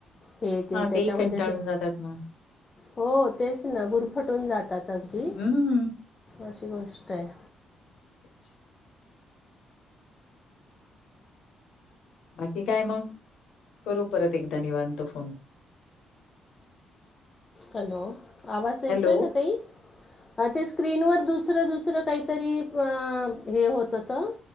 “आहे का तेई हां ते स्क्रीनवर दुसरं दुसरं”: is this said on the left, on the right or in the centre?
Left